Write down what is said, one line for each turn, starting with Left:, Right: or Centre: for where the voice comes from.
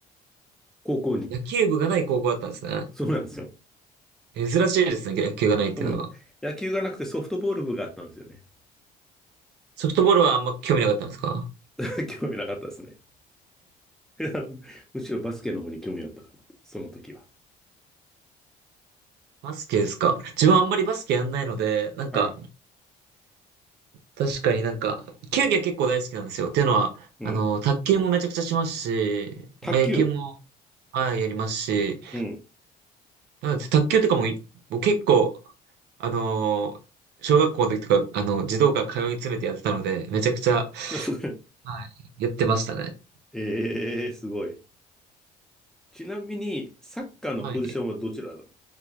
Centre: 高校に。
Right: 野球部がない高校だったんですね。
Centre: そうなんですよ。
Right: 珍しいですね、野球がないっていうのは。
Centre: うん。野球がなくてソフトボール部があったんですよね。
Right: ソフトボールはあんま興味なかったんですか
Centre: <laughs> 興味なかったですね。<laughs> むしろバスケの方に興味あったかな。その時は。
Right: バスケですか自分はあんまりバスケやんないので、
Centre: はい。
Right: なんか、
Centre: はい。
Right: 確かになんか、球技は結構大好きなんですよ。
Centre: うん。
Right: っていうのは、
Centre: うん。
Right: あの、卓球もめちゃくちゃしますし、
Centre: 卓球。
Right: まあ、野球も、はい、やりますし、
Centre: うん。
Right: なので卓球とかもい、もう結構、あの小学校の時とか、あの、児童館通い詰めてやってたので、めちゃくちゃ、
Centre: <laughs> それ。
Right: はい、やってましたね。
Centre: ええー、すごい。ちなみに、サッカーのポジションはどちらだろ
Right: はい。